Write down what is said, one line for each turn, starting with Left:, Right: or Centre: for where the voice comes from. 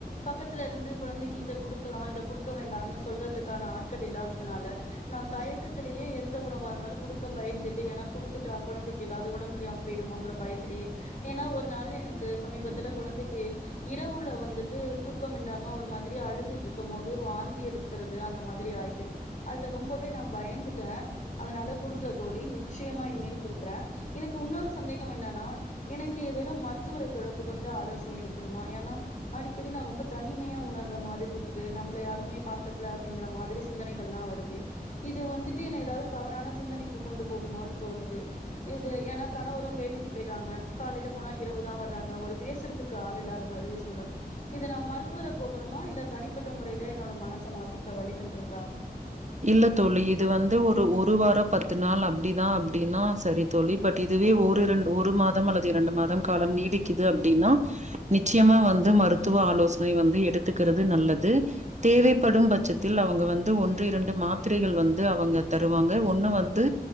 Left: பக்கத்துல இருந்து குழந்தைக்கு இத குடுக்கலா இத குடுக்க வேண்டான்னு சொல்றதுக்கான ஆட்கள் இல்லாததுனால நா தயக்கத்திலேயே எந்த உணவா இருந்தாலு குடுக்க பயந்துட்டு ஏன்னா குடுத்துட்டா குழந்தைக்கு ஏதாவது ஒடம் முடியாம பேய்டுமோங்குற பயத்திலே ஏன்னா ஒரு நாள் எனக்கு சமீபத்துல குழந்தைக்கு இரவுல வந்துட்டு தூக்கம் இல்லாம ஒரு மாத்ரி அழுதுட்டு இருக்கும் போது வாந்தியெடு எடுத்குறது அந்த மாத்ரி ஆயிட்டு அதுல ரொம்பவே நா பயந்துட்டே அத்னால குடுக்கல தோழி நிச்சயமா இனிமேல் குடுக்குறே எனக்கு வுன்னொரு சந்தேகம் என்னன்னா எனக்கு ஏ எதேனும் மருத்துவரை தொடர்பு கொண்டு ஆலோசனை எடுக்கணுமா ஏன்னா அடிக்கடி நா ரொம்ப தனிமையா உணர்ற மாதிரி இருக்கு நம்மள யாருமே பாக்கல அப்டிங்கிற மாத்ரி சிந்தனைகள்ல்லாம் வருது இது வந்துட்டு என்ன ஏதாவது தவறான சிந்தனைக்கு கொண்டு போகுமோன்னு தோணுது இது ஏன்னா கணவரு வேலைக்கி போய்றாங்க காலைல போனா இரவுதா வர்றாங்க ஒரு பேசுறதுக்கு ஆள் இல்லாத மாதிரி சூழல் இத நா மருத்துவர போகணுமா இல்ல தனிப்பட்ட முறையில என்னோட மனச மாத்திக்க வழிகள் இருக்கா
Right: இல்ல தோழி இது வந்து ஒரு ஒரு வாரோ பத்து நாள் அப்டிதா அப்டின்னா சரி தோழி பட் இதுவே ஒரு இரண்டு ஒரு மாதம் அல்லது இரண்டு மாதம் காலம் நீடிக்குது அப்டின்னா நிச்சயமா வந்து மருத்துவ ஆலோசனை வந்து எடுத்துக்கிறது நல்லது தேவைப்படும் பச்சத்தில் அவ்ங்க வந்து ஒன் று இரண்டு மாத்திரைகள் வந்து அவங்க தருவாங்க ஒன்னு வந்து